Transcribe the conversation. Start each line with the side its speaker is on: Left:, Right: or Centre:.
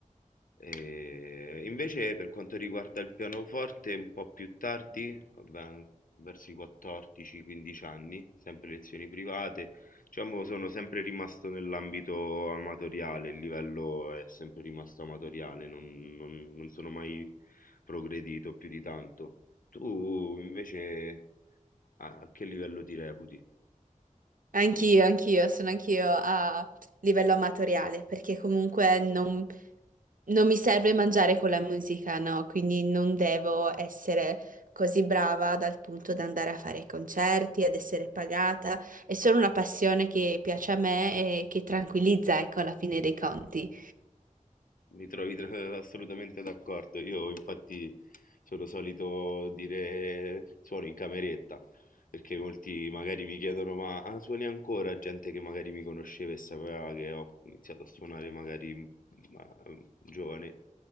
Left: E invece per quanto riguarda il pianoforte, un po' più tardi, vabbè, verso i 14-15 anni, sempre lezioni private, diciamo sono sempre rimasto nell'ambito amatoriale, il livello è sempre rimasto amatoriale, non, non- non sono mai progredito più di tanto. Tu invece a a che livello ti reputi?
Right: Anch'io, anch'io, sono anch'io a livello amatoriale, perché comunque non, non mi serve mangiare con la musica, no? Quindi non devo essere così brava dal punto da andare a fare concerti, ad essere pagata. È solo una passione che piace a me e che tranquillizza, ecco, alla fine dei conti.
Left: Mi trovi tr- assolutamente d'accordo. Io infatti sono solito dire suono in cameretta, perché molti magari mi chiedono ma ah, suoni ancora? Gente che magari mi conosceva e sapeva che ho iniziato a suonare magari ma, ehm, giovane